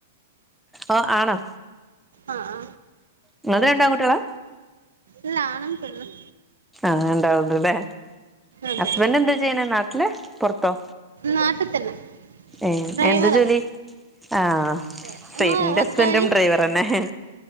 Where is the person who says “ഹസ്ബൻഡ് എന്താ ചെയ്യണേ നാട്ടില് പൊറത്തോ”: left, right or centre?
Centre